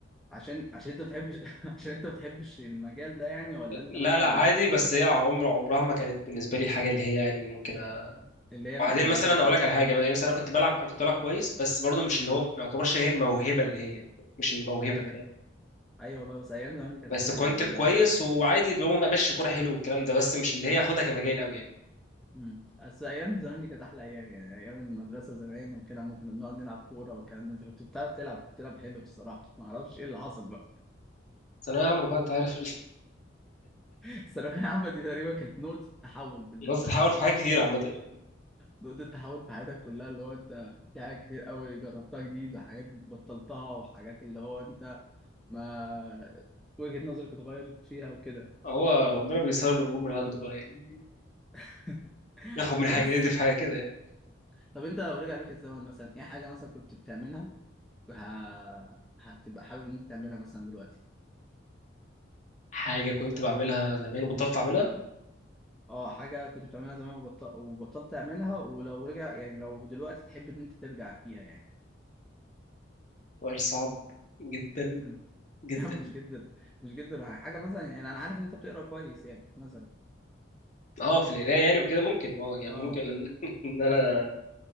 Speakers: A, in the centre; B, on the left.
A: عشان عشان انت بتحبش <laughs> عشان انت بتحبش المجال ده يعني ولا انت
B: لا
A: مثلا
B: لا عادي بس هي عمر عمرها ما كانت بالنسبه لي حاجه اللي هي يعني ممكن أ...
A: اللي هي
B: بعدين
A: من اولوياتك
B: مثلا اقول لك
A: يعني
B: على حاجه يعني مثلا انا كنت بلعب انا كنت بلعب كويس بس برضه مش اللي هو ما يعتبرش هي الموهبه اللي هي مش الموهبه
A: ايوه
B: فاهم
A: ايوه والله بس ايام زمان دي كانت
B: بس
A: احلى
B: كنت
A: ايام
B: كويس
A: يعني ممكن
B: وعادي اللي هو ماشي كوره حلو والكلام ده بس مش اللي هي اخدها كمجال قوي يعني
A: مم. بس ايام زمان دي كانت احلى ايام يعني ايام المدرسه زمان وكده ممكن بنقعد نلعب كوره والكلام ده انت كنت بتعرف تلعب بتلعب حلو بصراحه ما اعرفش ايه اللي حصل بقى
B: بس انا يا عم بقى انت عارف ال-
A: <laughs> الثانويه العامه دي تقريبا كانت نقطه تحول بالنسبه
B: الناس بتحاول
A: لك
B: في
A: صح
B: حاجات كتير عامه يعني
A: نقطة تحول في حياتك كلها اللي هو انت في حاجات كتير قوي جربتها جديد وحاجات بطلتها وحاجات اللي هو انت ما وجهة نظرك اتغيرت فيها وكده
B: هو ربنا بيسهل الامور من عنده بقى يعني
A: <laughs>
B: ياخد من
A: بس
B: حاجه يدي في حاجه كده يعني
A: طب انت لو رجع بيك الزمن مثلا ايه حاجة مثلا كنت بتعملها ه... هتبقى حابب ان انت تعملها مثلا دلوقتي
B: حاجه كنت بعملها زمان وبطلت اعملها
A: اه حاجة كنت بتعملها زمان وبط... وبطلت تعملها ولو رجع يعني لو دلوقتي تحب ان انت ترجع فيها يعني
B: وقال صعب جدا
A: امم
B: جدا
A: يا عم <laughs> مش جدا مش جدا حاجة مثلا يعني انا عارف ان انت بتقرا كويس يعني مثلا
B: اه في القرايه يعني وكده ممكن اه يعني
A: اه
B: ممكن ان <laughs> إن انا